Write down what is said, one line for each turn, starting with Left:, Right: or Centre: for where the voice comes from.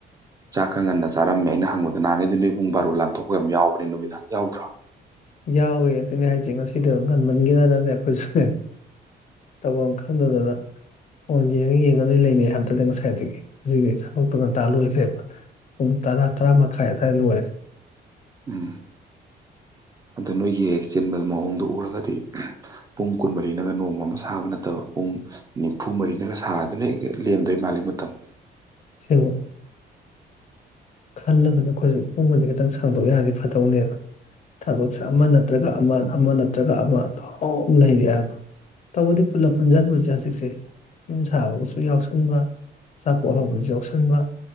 Right: ꯆꯥꯛꯀ ꯉꯟꯅ ꯆꯥꯔꯝꯃꯦ ꯑꯩꯅ ꯍꯪꯕꯗ ꯅꯍꯥꯟꯉꯩ ꯑꯗꯨ ꯅꯣꯏ ꯄꯨꯡ ꯕꯥꯔꯣ ꯂꯥꯟꯊꯣꯛꯒ ꯌꯥꯝ ꯌꯥꯎꯕ꯭ꯔꯅꯤ ꯅꯨꯃꯤꯗꯥꯡ ꯌꯥꯎꯗ꯭ꯔꯣ
Left: ꯌꯥꯎꯏꯤ ꯑꯗꯨꯅꯦ ꯍꯥꯏꯁꯦ ꯉꯁꯤꯗꯣ ꯉꯟꯃꯟꯈꯤꯗꯅꯅꯦ ꯑꯩꯈꯣꯏꯁꯨꯅꯦ ꯇꯧꯐꯝ ꯈꯪꯗꯗꯅ ꯐꯣꯟ ꯌꯦꯡꯉꯒ ꯌꯦꯡꯉꯗꯣꯏ ꯂꯩꯅꯩ ꯍꯥꯏꯕꯗꯨꯗ ꯉꯁꯥꯏꯗꯒꯤ ꯍꯧꯖꯤꯗꯤ ꯊꯕꯛꯇꯣ ꯉꯟꯇꯥ ꯂꯣꯏꯈ꯭ꯔꯦꯕ ꯄꯨꯡ ꯇꯔꯥ ꯇꯔꯥ ꯃꯈꯥꯏ ꯑꯋꯥꯏ ꯂꯣꯏꯔꯦ
Right: ꯎꯝ ꯑꯗꯨꯗ ꯅꯣꯏꯒꯤ ꯍꯦꯛ ꯆꯤꯟꯕ ꯃꯑꯣꯡꯗꯨ ꯎꯔꯒꯗꯤ ꯄꯨꯡ ꯀꯨꯟꯃꯔꯤꯅꯒ ꯅꯣꯡꯃ ꯑꯃ ꯁꯥꯕ ꯅꯠꯇꯕ ꯄꯨꯡ ꯅꯤꯝꯐꯨ ꯃꯔꯤꯅꯒ ꯁꯥꯗꯅ ꯑꯩ ꯂꯦꯝꯗꯣꯏ ꯃꯥꯜꯜꯂꯤꯦ ꯃꯇꯝ
Left: ꯁꯤ ꯈꯜꯂꯕꯅꯦ ꯑꯩꯈꯣꯏꯁꯨ ꯄꯨꯡꯒꯣꯟꯁꯦ ꯈꯤꯇꯪ ꯁꯥꯡꯗꯣꯛ ꯌꯥꯔꯗꯤ ꯐꯗꯧꯅꯦꯅ ꯊꯕꯛꯁꯦ ꯑꯃ ꯅꯠꯇ꯭ꯔꯒ ꯑꯃ ꯑꯃ ꯅꯠꯇ꯭ꯔꯒ ꯑꯃ ꯇꯥꯎ ꯂꯩꯔꯛꯑꯦꯕ ꯇꯧꯕꯗꯤ ꯄꯨꯂ ꯄꯨꯟꯁꯤꯟꯕꯁꯦ ꯍꯧꯖꯤꯛꯁꯦ ꯌꯨꯝ ꯁꯥꯕꯒꯁꯨ ꯌꯥꯎꯁꯟꯕ ꯑꯆꯥꯄꯣꯠ ꯍꯧꯕꯁꯨ ꯌꯥꯎꯁꯟꯕ